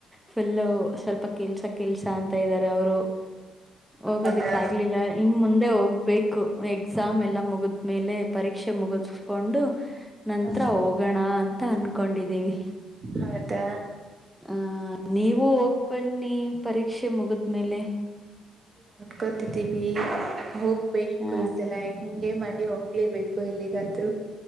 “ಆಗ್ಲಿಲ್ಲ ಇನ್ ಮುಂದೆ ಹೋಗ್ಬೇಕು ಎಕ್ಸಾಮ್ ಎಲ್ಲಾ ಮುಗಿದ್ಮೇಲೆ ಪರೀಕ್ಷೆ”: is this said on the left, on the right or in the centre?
Centre